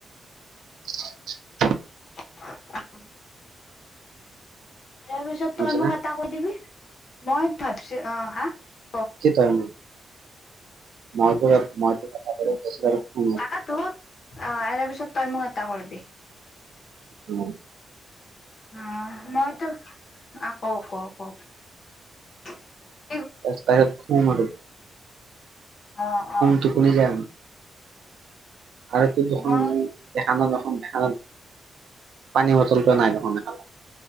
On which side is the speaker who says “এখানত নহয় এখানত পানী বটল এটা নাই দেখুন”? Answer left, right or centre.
Right